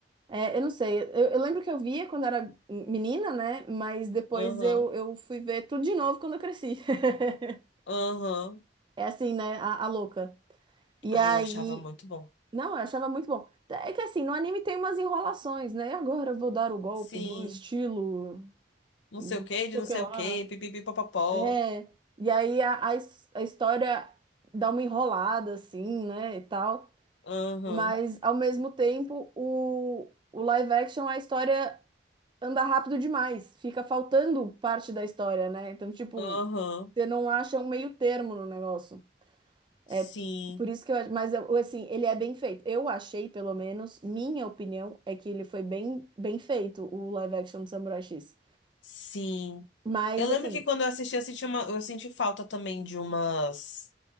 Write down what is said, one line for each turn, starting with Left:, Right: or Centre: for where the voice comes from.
Right: é, eu não sei. Eu, eu lembro que eu via quando era menina, né? Mas depois
Left: Aham,
Right: eu, eu fui ver tudo de novo quando eu cresci. <laughs>
Left: aham.
Right: É assim, né? A, a louca. E
Left: Ai,
Right: aí.
Left: eu achava muito bom.
Right: Não, eu achava muito bom. É que assim, no anime tem umas enrolações, né? Agora eu vou dar o golpe
Left: Sim.
Right: do estilo.
Left: Não
Right: Não
Left: sei o que, de
Right: sei
Left: não
Right: o que
Left: sei
Right: lá.
Left: o que, pipipi, popopó.
Right: É. E aí a, a, his- a história dá uma enrolada, assim, né? E tal.
Left: Aham,
Right: Mas, ao mesmo tempo, o, o live action, a história anda rápido demais. Fica faltando parte da história, né? Então, tipo,
Left: aham.
Right: você não acha um meio termo no negócio. É
Left: Sim.
Right: por isso que eu acho. Mas, eu- assim, ele é bem feito. Eu achei, pelo menos, minha opinião é que ele foi bem, bem feito, o live action do Samurai X.
Left: Sim.
Right: Mas,
Left: Eu lembro
Right: assim,
Left: que quando eu assisti, eu senti, uma, eu senti falta também de umas,